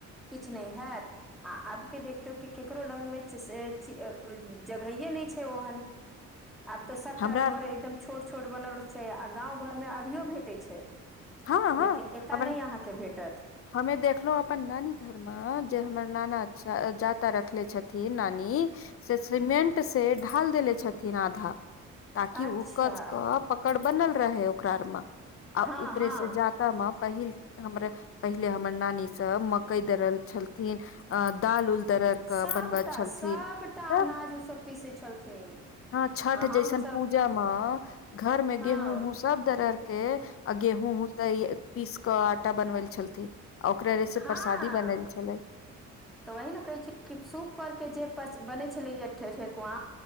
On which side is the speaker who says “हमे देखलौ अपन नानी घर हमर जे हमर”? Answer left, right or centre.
Left